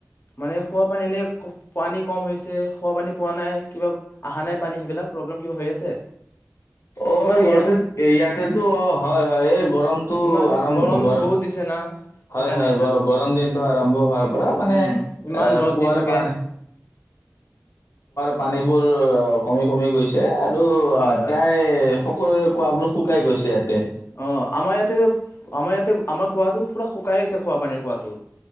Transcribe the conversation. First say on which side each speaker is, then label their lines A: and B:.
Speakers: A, on the left; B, on the left.
A: মানে খোৱা পানী এনে, পানী কম হৈছে, খোৱা পানী পোৱা নাই, কিবা অহা নাই পানী সেইবিলাক প্ৰব্লেম কিবা হৈ আছে।
B: অ',
A: ইমান
B: ইয়াতে
A: গৰম
B: ইয়াতেতো অ, হয় হয় এই গৰম
A: ইমান
B: আৰম্ভ
A: গৰম
B: গৰ,
A: বহুত দিছে না সেইকাৰণে
B: হয় হয় গ
A: আৰু
B: গৰম দিনটো আৰম্ভ হোৱাৰ পৰা মানে,
A: উম ইমান
B: এ
A: ৰ'দ
B: কুঁৱাৰ
A: দি থাকে
B: পাৰ পানীবোৰ কমি কমি গৈছ এ আৰু,
A: হয় হয়
B: প্ৰায় সকলোৱে কুৱাঁবোৰ শুকাই গৈছে ইয়াতে।
A: অ আমাৰ ইয়াতে আমাৰ ইয়াতে আমাৰ কুঁৱাটো পুৰা শুক কাইছে খোৱা পানীৰ কুৱাঁটো।